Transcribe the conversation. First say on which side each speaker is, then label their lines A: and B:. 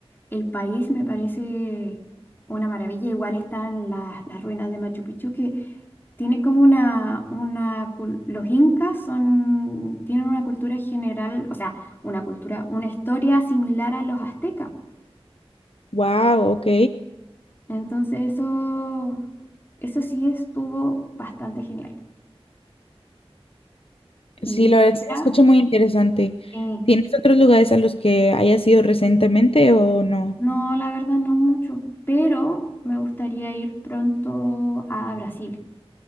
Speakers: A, on the left; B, on the left.
A: el país me parece una maravilla. Igual están las, las ruinas de Machu Picchu que tiene como una, una, cul- los incas son, tienen una cultura general, o sea, una cultura, una historia similar a los aztecas.
B: Wow, ok.
A: Entonces eso, eso sí estuvo bastante genial. Y,
B: Sí, la verdad sí se
A: ah,
B: escucha muy interesante.
A: sí.
B: ¿Tienes otros lugares a los que hayas ido recientemente o no?
A: No, la verdad no mucho, pero me gustaría ir pronto a Brasil.